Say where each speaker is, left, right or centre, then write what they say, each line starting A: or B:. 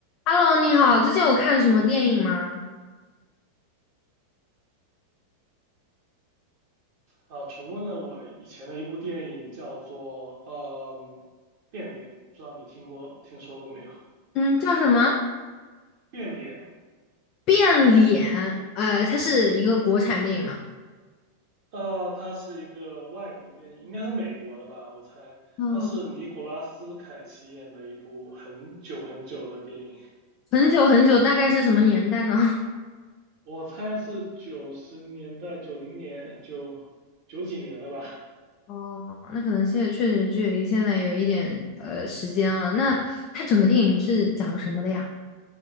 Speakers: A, on the left; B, on the right.
A: Hello，你好，最近有看什么电影吗？
B: 啊，重温了我以前的一部电影，叫做嗯变脸》，不知道你听过听说过没有？
A: 嗯，叫什么？
B: 变脸，
A: 变脸，呃，它是一个国产电影嘛？
B: 啊，它是一个外国电影，应该是美国的吧，我猜。
A: 嗯，
B: 它是尼古拉斯凯奇演的一部很久很久的电影，
A: 很久很久，大概是什么年代呢？<laughs>
B: 我猜是九十年代、九零年、九九几年的吧。
A: 哦，那可能现在确实距离现在有一点呃时间了。那它整个电影是讲什么的呀？